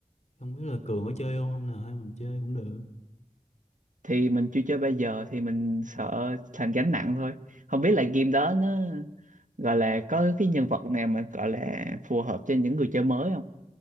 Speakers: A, on the left; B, on the right.
A: không biết là Cường có chơi không hôm nào hay mình chơi cũng được
B: thì mình chưa chơi bây giờ thì mình sợ thành gánh nặng thôi không biết là game đó nó gọi là có cái nhân vật nào mà gọi là phù hợp cho những người chơi mới không